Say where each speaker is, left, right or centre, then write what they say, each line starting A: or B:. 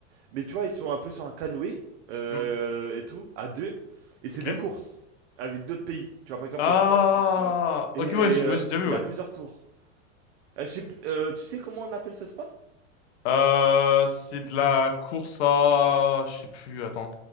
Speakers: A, on the right (about 60°); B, on the left (about 60°).
A: Mais tu vois, ils sont un peu sur un canoë euh,
B: Hmm,
A: et tout, à deux. Et c'est
B: Ok.
A: des courses avec d'autres pays. Tu vois, par exemple,
B: Ah,
A: la France contre. euh, et
B: ok, ouais, j'ai
A: euh,
B: ouais, j'ai déjà vu,
A: il
B: ouais.
A: y a plusieurs tours. Euh, je sais p- euh, tu sais comment on appelle ce sport?
B: Euh, c'est de la course à, je sais plus, attends.